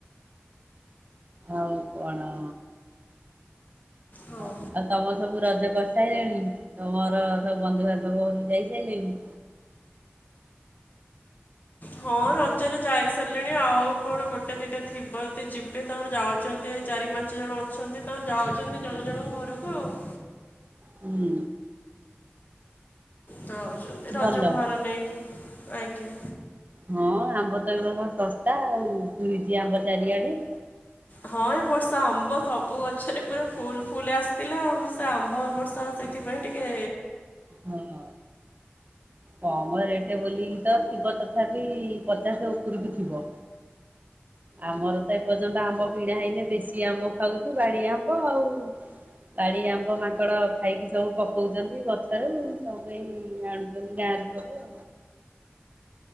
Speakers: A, on the right; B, on the left.
A: ଆଉ କଣ?
B: ହଁ।
A: <unintelligible> ତମ ସବୁ ରଜ କରିସାଇଲେଣି? ତମର ସବୁ ବନ୍ଧୁବାନ୍ଧବ ଘରକୁ ଯାଇ ସାଇଲେଣି?
B: ହଁ ରଜରେ ଯାଇ ସାଇଲେଣି ଆଉ କଣ ଗୋଟେ ଦିଟା ଥିବ ଯଦି ଯିବେ ତାଙ୍କର ଯାଉଛ ଏତେ ଚାରି ପାଞ୍ଚ ଜଣ ଅଛନ୍ତି ତାଙ୍କର ଯାଉଛନ୍ତି ଜଣେ ଜଣଙ୍କ ଘରକୁ ଆଉ।
A: ହୁଁ।
B: ଯାଉଛନ୍ତି ରଜ
A: ଭଲ
B: ଭାର ନେଇକି ଆଜ୍ଞା।
A: ହଁ ଆମ୍ବ ତ ଏ ବର୍ଷ ଶସ୍ତା ଆଉ ଉଇଛି ଆମ୍ବ ଚାରିଆଡେ।
B: ହଁ ଏ ବର୍ଷା ଆମ୍ବ ସବୁ ଗଛରେ ପୁରା ଫୁଲ ଫୁଲ ଆସିଥିଲା ଆଉ ସେ ଆମ୍ବ ଏ ବର୍ଷ ସେଥିପାଇଁ ଟି କେ
A: ହଁ। କମ ରେଟ ବୋଲିକି ତ ଥିବ ତଥାପି ପଚାଶ ଉପରକୁ ଥିବ? ଆମର ତ ଏପର୍ଯ୍ୟନ୍ତ ଆମ୍ବ କିଣାା ହେଇନି। ଦେଶୀ ଆମ୍ବ ଖାଉଛୁ ବାଡି ଆମ୍ବ ଆଉ। ବାଡି ଆମ୍ବ ମାଙ୍କଡ ଖାଇକି ସବୁ ପକଉଚନ୍ତି ଗଛରୁ। ସବୁ ଏଇ କିଣି ଆଣୁଛନ୍ତି ଗାଁ ରୁ ସବୁ।